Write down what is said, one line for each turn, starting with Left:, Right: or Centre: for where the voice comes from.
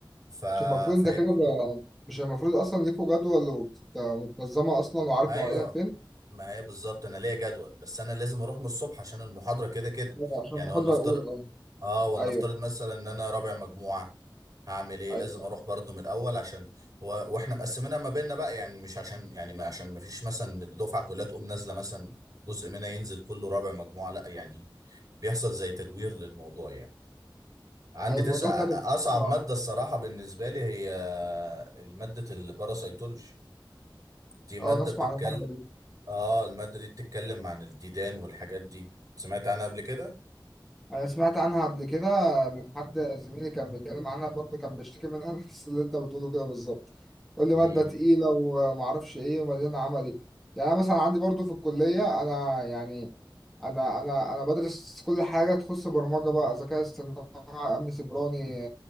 Right: ف...
Centre: مش المفروض
Right: ف...
Centre: ده كده بقى- مش المفروض أصلا ليكوا جدول ومتنظمة أصلا وعارف
Right: ايوه
Centre: مواعيدك فين؟
Right: ما هي بالظبط انا ليا جدول بس انا لازم اروح من الصبح عشان المحاضره كده كده
Centre: آه، عشان
Right: يعني
Centre: المحاضرة
Right: ولنفترض
Centre: الأولى أه
Right: اه ولنفترض
Centre: ايوه
Right: مثلا ان انا رابع مجموعه هعمل ايه
Centre: ايوه
Right: لازم اروح برضو من الاول عشان و... واحنا مقسمينها ما بيننا بقى يعني مش عشان يعني ما عشان ما فيش مثلا الدفعه كلها تقوم نازله مثلا جزء منها ينزل كله رابع مجموعه لا يعني بيحصل زي تدوير للموضوع يعني عندي
Centre: أيوة،
Right: تسع
Centre: الموضوع ده أنا
Right: اصعب
Centre: بسمع-
Right: ماده الصراحه بالنسبه لي هي ماده الباراسيتولوجي دي ماده
Centre: أه نسمع
Right: بتتكلم
Centre: عن المادة دي
Right: اه المادة دي بتتكلم عن الديدان والحاجات دي سمعت عنها قبل كده
Centre: انا سمعت عنها قبل كده من حد زميلي كان بيتكلم عنها برضه كان بيشتكي منها <laughs> نفس اللي انت بتقوله كده بالظبط يقول لي
Right: امم
Centre: ماده تقيله ومعرفش ايه ومليانه عملي يعني انا مثلا عندي برضه في الكليه انا يعني انا انا انا بدرس كل حاجه تخص برمجه بقى ذكاء اصطناعي امن سيبراني